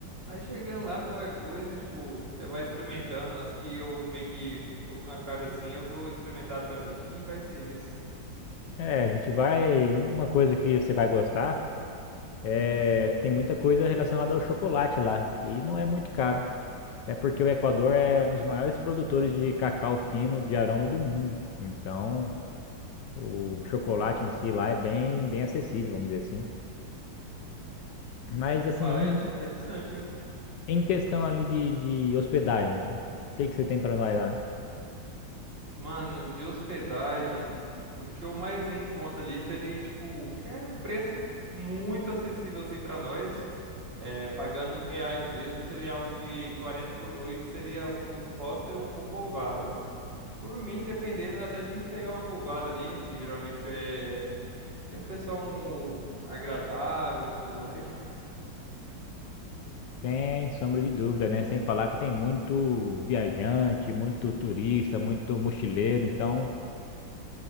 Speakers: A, on the right; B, on the left.
A: Aí chegando lá, qualquer coisa, tipo, você vai experimentando, as que eu meio que vou com a cara assim, eu vou experimentar também e vai ser isso.
B: É, a gente vai. Uma coisa que você vai gostar é que tem muita coisa relacionada ao chocolate lá. E não é muito caro. É porque o Equador é um dos maiores produtores de cacau fino de aroma do mundo. Então, O chocolate em si lá é bem, bem acessível, vamos dizer assim. Mas assim,
A: Paz,
B: em,
A: interessante, hein?
B: em questão ali de, de hospedagem, mano, o que que você tem pra nós lá?
A: Mano, de hospedagem, o que eu mais vi em conta ali seria, tipo, que é um preço muito acessível, assim, pra nós. É, pagando em reais mesmo, seria algo de 40 por noite, seria os hostel ou pousadas. Por mim, dependendo até de pegar uma pousada ali, que geralmente é... tem um pessoal um, agradável e tudo mais.
B: Sem sombra de dúvida, né? Sem falar que tem muito viajante, muito turista, muito mochileiro. Então,